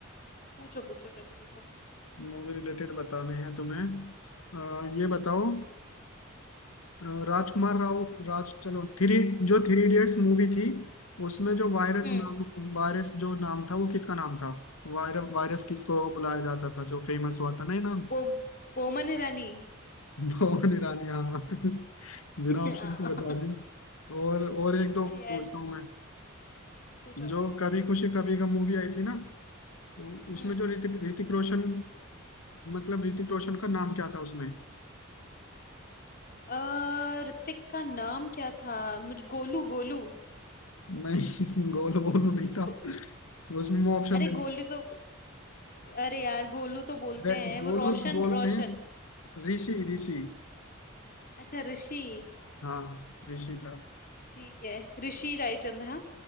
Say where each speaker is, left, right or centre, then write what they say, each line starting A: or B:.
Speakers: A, on the left; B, on the left.
A: पूछो पूछो चलो पूछो
B: मूवी रिलेटेड बताने हैं तुम्हें अ, ये बताओ अ, राजकुमार राव राज चलो थ्री जो थ्री इडियट्स मूवी थी उसमें जो वायरस
A: हम्म
B: नाम वायरस जो नाम था वो किसका नाम था वायर, वायरस किसको बुलाया जाता था जो फेमस हुआ था ना ये नाम
A: बो बोमन ईरानी
B: <laughs> मोहन ईरानी हाँ <laughs> बिना
A: <laughs>
B: ऑप्शन
A: हाँ।
B: के बता दिया और और एक दो
A: अरे यार
B: पूछता हूँ मैं
A: पूछो
B: जो कभी खुशी कभी गम मूवी आई थी ना उ- उसमें
A: हम्म
B: जो ऋतिक ऋतिक रोशन मतलब ऋतिक रोशन का नाम क्या था उसमें
A: अ, ऋतिक का नाम क्या था मुझे गोलू गोलू
B: नहीं <laughs> गोलू बोलू नहीं था
A: गो,
B: तो उसमें मैं ऑप्शन
A: अरे
B: दे
A: गोलू तो अरे यार गोलू तो बोलते
B: वे-
A: हैं वो
B: गोलू
A: रोशन
B: बोलते
A: रोशन
B: हैं ऋषि ऋषि
A: अच्छा ऋषि
B: हाँ ऋषि था
A: ठीक है ऋषि रायचंद हाँ